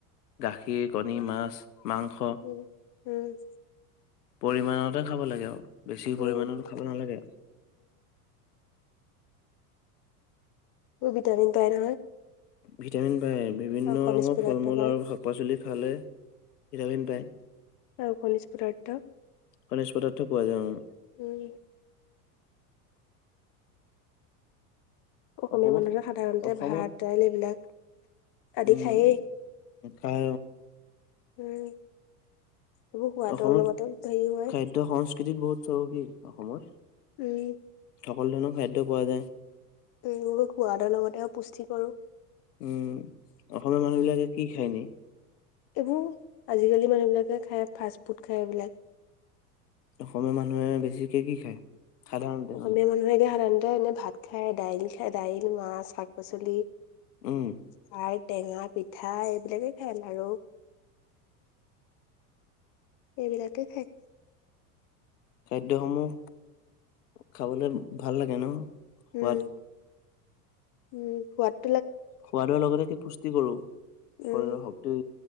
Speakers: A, on the left; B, on the left.
A: গাখীৰ, কণী, মাছ। মাংস
B: উম উম।
A: পৰিমাণতে খাব লাগে আৰু বেছি পৰিমাণতো
B: উম
A: খাব নালাগে।
B: বি ভিটামিন পাই নহয়।
A: ভিটামিন পায়, বিভিন্ন
B: আৰু খনিজ
A: ৰঙৰ
B: পদাৰ্থ
A: ফল মূল
B: পায়
A: আৰু শাক পাচলিত খালে ভিটামিন পাই।
B: আৰু খনিজ পদাৰ্থ।
A: খনিজ পদাৰ্থ পোৱা যায় অ।
B: উম। অসমীয়া
A: অসমত
B: মানুহৰে সাধাৰণতে
A: অসমত
B: ভাত, দাইল এইবিলাক আদি
A: উম,
B: খায়
A: খাই
B: উম। এইবোৰ সোৱাদৰ
A: অসমত
B: লগতে হেৰি হয়
A: খাদ্য সংস্কৃতিত বহুত চহকি অসমত।
B: উম।
A: সকলো ধৰণৰ খাদ্য পোৱা যায়।
B: উম সোৱাদৰ লগতে পুষ্টিকৰো।
A: উম, অসমৰ মানুহ বিলাকে কি খাই এনি?
B: এইবোৰ আজিকালি মানুহবিলাকে খাই ফাষ্ট ফুড খায় এইবিলাক।
A: অসমীয়া মানুহে বেছিকে কি খায়? সাধাৰণতে
B: অসমীয়া
A: মানে
B: মানুহে এতিয়া সাধাৰণতে এনে ভাত খায়, দাইল খাই, দাইল মাছ, শাক পাচলি।
A: উম।
B: খাৰ টেঙা পিঠা এইবিলাকে খায় আৰু এইবিলাকেই খাই।
A: খাদ্যসমূহ খাবলে ভাল লাগে ন? সোৱাদ
B: উম উম সোৱাত
A: সোৱাদৰ লগতে কি পুষ্টি কৰো,
B: উম
A: শৰীৰৰ শক্তি